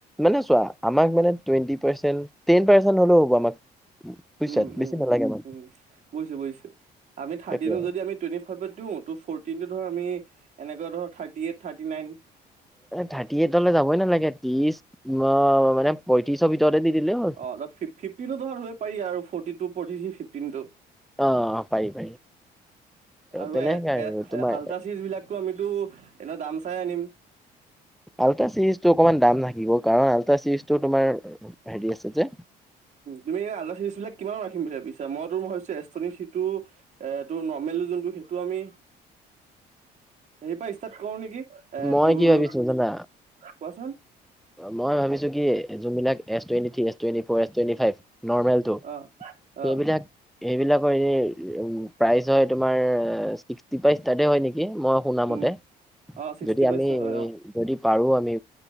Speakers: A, in the centre; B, on the right.
A: মানে চোৱা আমাক মানে টুৱেণ্টি পাৰ্চেণ্ট টেন পাৰ্চেণ্ট হ'লেও হ'ব আমাক। বুজিছা
B: উম, উম,
A: বেছি নালাগে আমাক
B: উম, বুজিছো বুজিছো আমি থাৰ্টিনো
A: সেইটোৱে
B: যদি আমি টুৱেন্টি ফাইভত দিও ত' ফৰ্তিনটো ধৰ আমি এনেকে ধৰ thirty eight thirty nine
A: thirty এইটলে যাবই নালাগে ত্ৰিশ মানে পইটিৰিছৰ ভিতৰতে দি দিলে হ'ল।
B: অ', ফিফটিনো ধৰা ধৰিব পাৰি আৰু ফৰ্টি টো ফৰ্তি থ্ৰী ফিফটিন টো।
A: অ পাৰি পাৰি
B: আৰু
A: তেনেকে
B: এ
A: আৰু
B: এ
A: তোমাৰ
B: আল্টা চিৰিজ বিলাক টো আমিতো এনেও দাম চাই আনিম।
A: আল্ট্ৰা চিৰিজটো অকমান দাম থাকিব কাৰণ আল্ট্ৰা চিৰিজটো তোমাৰ হেৰি আছে যে
B: তুমি আল্ট্ৰা চিৰিজ বিলাক কিমানত ৰাখিম বুলি ভাবিছা মইতো মই ভাবিছোঁ এছ টুৱেন্টি থ্ৰী টো এ টো নৰ্মেল যোনটো সেইটো আমি হেৰী পা ষ্টাৰ্ট কৰো নেকি এ
A: মই
B: তোৰ
A: কি ভাবিছো জানা
B: কোৱাচোন।
A: মই ভাবিছো কি যোনবিলাক as twenty three as twenty four as twenty five normal টো
B: অ
A: সেইবিলাক
B: অ
A: সেইবিলাকৰ এনে প্ৰাইচ হয় তোমাৰ ছিক্সটি পা ষ্টাৰ্ত্তে হয় নেকি মই শুনা
B: উম
A: মতে
B: অ ছিক্সটি
A: যদি
B: পৰা
A: আমি
B: ষ্টাৰ্ট হয় অ
A: যদি পাৰোঁ আমি